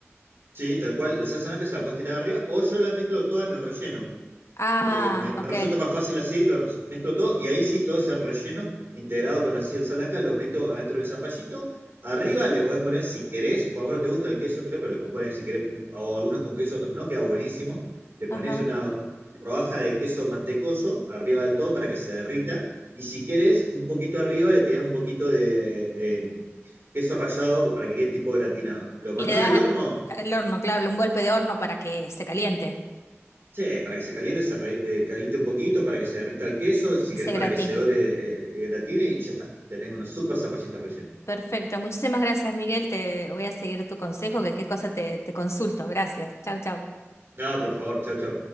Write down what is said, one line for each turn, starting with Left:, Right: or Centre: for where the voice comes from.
Right: Sí, tal cual, la salsa blanca se la puedes tirar arriba o yo la mezclo toda en el relleno.
Left: Ah,
Right: eh, me, me
Left: ok,
Right: resulta más fácil así, lo res- mezclo todo y ahí sí todo ese relleno integrado con la salsa blanca lo meto adentro del zapallito. Arriba le podés poner si querés, bueno, no te gusta el queso, creo, pero le podés poner si querés, u- o algunos con queso, otros no, queda buenísimo. Le pones
Left: ajá.
Right: una rodaja de queso mantecoso arriba del todo para que se derrita. Y si querés, un poquito arriba le tirás un poquito de eh, queso rallado para que quede tipo gratinado. Lo mandás
Left: Y le da
Right: al horno
Left: el horno, claro, un golpe de horno para que se caliente
Right: Sí, para que se caliente, se re- eh, caliente un poquito, para que se derrita el queso, si
Left: y
Right: querés
Left: se
Right: para
Left: gratine.
Right: que se ore, eh, gratine y ya está. Tenés unos super zapallitos rellenos.
Left: Perfecto. Muchísimas gracias, Miguel. Te voy a seguir tu consejo, que qué cosa te, te consulto. Gracias. Chau, chau.
Right: No, por favor, chau, chau.